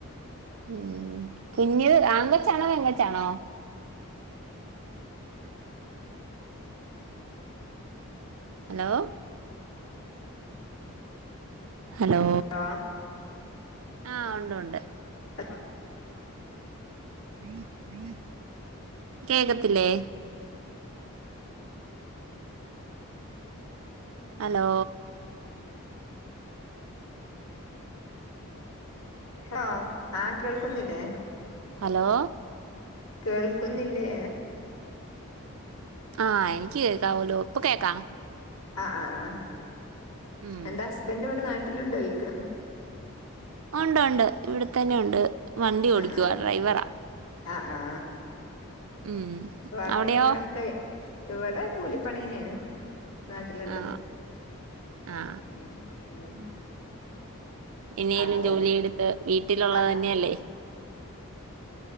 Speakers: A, on the right (about 70°); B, on the left (about 90°).
A: ഉം കുഞ്ഞ് ആൺകൊച്ചാണോ പെൺകൊച്ചാണോ? ഹലോ ഹലോ
B: ആ
A: ആ ഉണ്ട് ഉണ്ട്
B: ആ
A: <unintelligible> കേക്കത്തില്ലേ ഹലോ
B: ഹലോ ആ കേൾ- കേക്കുന്നില്ലേ
A: ഹലോ
B: കേൾക്കുന്നില്ലേ
A: ആ എനിക്ക് കേൾക്കാവല്ലോ ഇപ്പൊ കേക്കാം
B: ആ-ആ-ആ
A: ഉം
B: എൻ്റെ ഹസ്ബൻഡ് ഇവിടെ നാട്ട്- <unintelligible> ട്ടിലിണ്ടായിക്ക
A: ഒണ്ട്-ഒണ്ട് ഇവിടെ തന്നെ ഒണ്ട് വണ്ടി ഓടിക്കുവാ
B: ആ ആ
A: ഡ്രൈവറാ
B: ആ ആ
A: ഉം
B: വർക്ക്
A: അവിടെയോ
B: എപ്പോഴൊക്കെ ഇവിടെ കൂലിപ്പണിന്നയാണ് നാട്ടിലിണ്ട്
A: ആ ആ
B: മ്ഹ് ഉം
A: ഇനേലും
B: അതെ
A: ജോലി
B: അതെ
A: എടുത്ത് വീട്ടിലൊള്ളതന്നെയല്ലേ
B: ആ